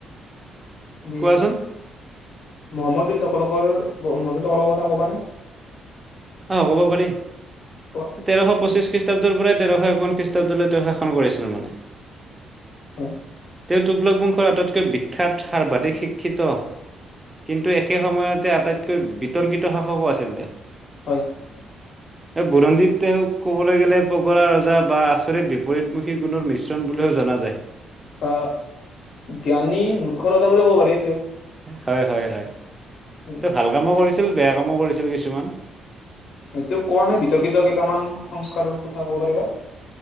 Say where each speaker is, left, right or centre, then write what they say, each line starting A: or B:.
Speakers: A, on the left; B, on the right.
A: তুমি
B: কোৱাচোন
A: মহম্মদ বিন তকলকৰ, মহম্মদ বিন তকলোকৰ কথা কবানে?
B: অ কব পাৰি।
A: কোৱা
B: তেৰশ পঁচিশ খ্ৰীষ্টাব্দৰ পৰাই তেৰশ একৱন খ্ৰীষ্টাব্দলৈ তেওঁ শাসন কৰিছিল মানে।
A: হয়।
B: তেওঁ তুগলকবংশৰ আটাইতকৈ বিখ্যাত সৰ্বাধিক শিক্ষিত কিন্তু একে সময়তে আটাইতকৈ বিতৰ্কিত শাসকো আছিল তেওঁ।
A: হয়।
B: এই বুৰঞ্জীত তেওঁক ক'বলৈ গ'লে পগৰা ৰজা বা আচৰিত বিপৰীত গুণৰ মিশ্ৰণ বুলিও জনা যায়।
A: অঁ, জ্ঞানী মূৰ্খ ৰজা বুলি কব পাৰি তেওঁক।
B: হয়-হয়-হয়
A: হয়
B: তেওঁ ভাল কামো কৰিছিল, বেয়া কামো কৰিছিল কিছুমান।
A: এইটো কোৱা নে বিতৰ্কিত কেইটামান সংস্কাৰৰ কথা ক'ব পাৰিবা?